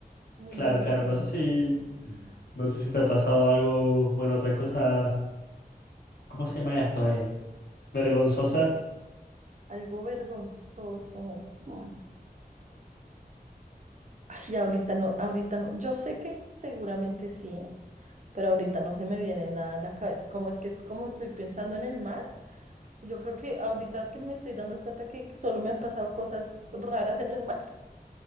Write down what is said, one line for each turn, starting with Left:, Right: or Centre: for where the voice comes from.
Right: muy
Left: claro,
Right: bueno,
Left: claro.
Right: muy bueno.
Left: No sé si... No sé si te ha pasado algo, bueno, otra cosa, ¿cómo se llama esto, eh? Vergonzosa.
Right: Algo vergonzoso. Mm. Ay, ahorita no, ahorita no. Yo sé que seguramente sí, pero ahorita no se me viene nada en la cabeza. Como es que es como estoy pensando en el mar, yo creo que ahorita que me estoy dando cuenta que que solo me han pasado cosas raras en el mar,